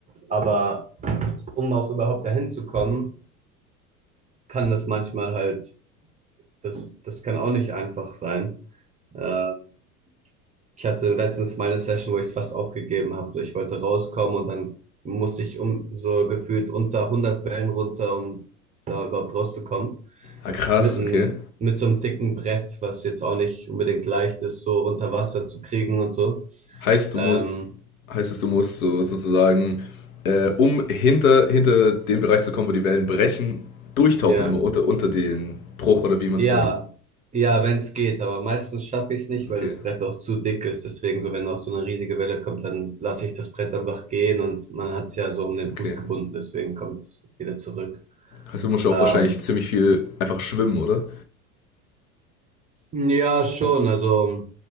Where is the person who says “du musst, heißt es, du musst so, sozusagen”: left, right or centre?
Left